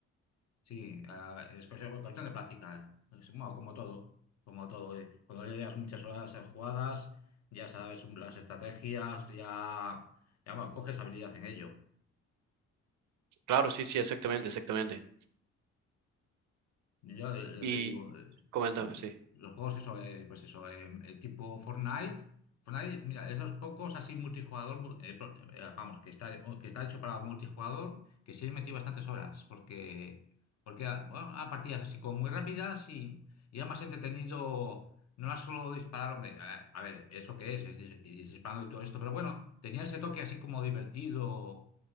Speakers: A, on the left; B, on the right.
A: Sí, ah, es cuestión, cuestión de práctica. eh, Es, bueno, como todo, como todo. eh. Cuando ya llevas muchas horas eh, jugadas, ya sabes un- las estrategias, ya, ya bueno, coges habilidad en ello.
B: Claro, sí, sí, exactamente, exactamente.
A: Yo, eh, ya
B: Y
A: te digo, eh,
B: coméntame,
A: eh,
B: sí.
A: los juegos, eso, eh, pues eso, eh, eh, tipo Fortnite. Fortnite, mira, es los pocos así multijugador, mu- eh, pro- eh, eh, vamos, que está, o que está hecho para multijugador, que sí he metido bastantes horas, porque, porque ah, bueno, a partidas así como muy rápidas y, y era más entretenido, no era solo disparar, hombre, a, a ver, eso que es, es dis- y disparando y todo esto, pero bueno, tenía ese toque así como divertido